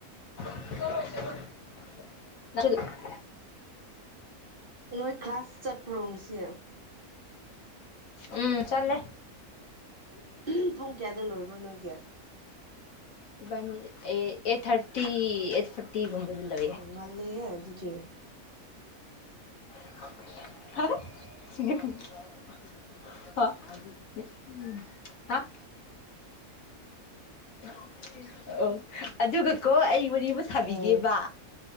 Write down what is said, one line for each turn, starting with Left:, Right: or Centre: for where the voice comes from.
Left: <unintelligible>
Right: ꯅꯣꯏ ꯈ꯭ꯂꯥꯁ ꯆꯠꯄ꯭ꯔꯣ ꯉꯁꯤ
Left: ꯎꯝ ꯆꯠꯂꯦ
Right: <unintelligible> ꯄꯨꯡ ꯀꯌꯥꯗ ꯂꯣꯏꯕ꯭ꯔꯣ ꯅꯣꯏꯗꯤ
Left: ꯏꯕꯥꯅꯤ ꯑꯦ ꯑꯩꯠ ꯊꯥꯔꯇꯤ ꯑꯩꯠ ꯐꯣꯔꯇꯤꯒꯨꯝꯕꯗꯥ ꯂꯣꯏꯌꯦ
Right: ꯉꯟꯂꯤꯍꯦ ꯑꯗꯨꯗꯤ
Left: <unintelligible> <unintelligible> ꯍꯥ <inaudible> ꯑꯣ ꯑꯗꯨꯒꯥꯀꯣ ꯑꯩ ꯋꯥꯔꯤ ꯑꯃꯥ ꯁꯥꯕꯤꯒꯦꯕꯥ
Right: ꯎꯝ